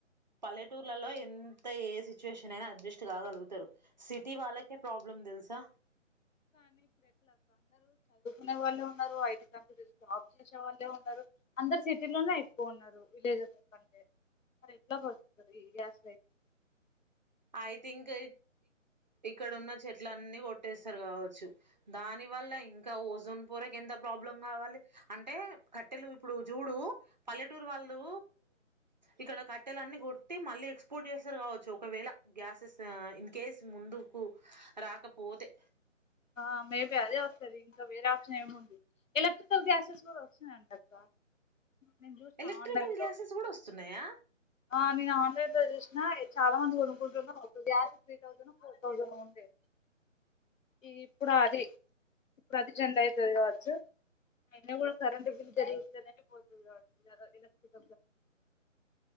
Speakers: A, on the right (about 35°); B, on the left (about 75°).
A: పల్లెటూర్లలో ఎంత ఏ సిచ్యువేషన్ అయినా అడ్జస్ట్ కాగలుగుతారు సిటీ వాళ్ళకే ప్రాబ్లమ్ తెలుసా
B: నే వాళ్ళే ఉన్నారు ఐటీ కంపెనిలో జాబ్ చేసే వాళ్ళే ఉన్నారు అందరు సిటీలోనే ఎక్కువ ఉన్నారు విలేజస్ కంటే ఎట్ల బతుకుతారు ఏరియాస్ లో అయితే
A: ఐ థింక్ ఇక్కడ ఉన్న చెట్ చెట్లన్నీ కొట్టేస్తారు కావచ్చు దాని వల్ల ఇంకా ఓజోన్ పూరకు ఎంత ప్రాబ్లం కావాలి అంటే కట్టెలు ఇప్పుడు చూడు పల్లెటూరు వాళ్ళు ఇక్కడ కట్టెలు అన్ని కొట్టి మళ్ళీ ఎక్స్పోర్ట్ చేస్తారు కావచ్చు ఒకవేళ గ్యాసెస్ ఇన్ కేస్ ముందుకు రాకపోతే
B: ఆ మేబీ అదే వస్తది ఇంకా వేరే ఆప్షన్ ఏమి ఉంది ఎలక్ట్రికల్ గ్యాసెస్ కూడా వచ్చన్నాయి అంటక్క నేను చూసినా
A: ఎలక్ట్రికల్
B: ఆన్లైన్
A: గ్యాసెస్
B: లో
A: కూడా వస్తున్నాయా
B: ఆ నేను ఆన్లైన్ చూస నా చాలా మంది కొనుకుంటున్నారు ఒక gas three thousand four thousand ఉండే ఈ ఇప్పుడు అది ఇప్పుడు అది ట్రెండ్ అయితది కావచ్చు అన్న కూడా కరెంట్ బిల్ జరిగుతునే పోతుంది కావచ్చుద ఎలక్ట్రిక